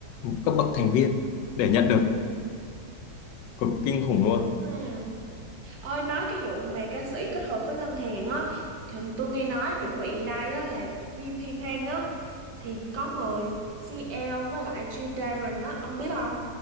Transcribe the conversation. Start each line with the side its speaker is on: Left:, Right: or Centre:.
Left: cấp bậc thành viên để nhận được
Right: ừ
Left: cực kinh khủng luôn
Right: dữ ha ơi nói cái vụ mà ca sĩ kết hợp với ngân hàng á thì hình tôi nghe nói chuẩn bị đây á là VP Bank á thì có mời CL với lại G Dragon á ông biết không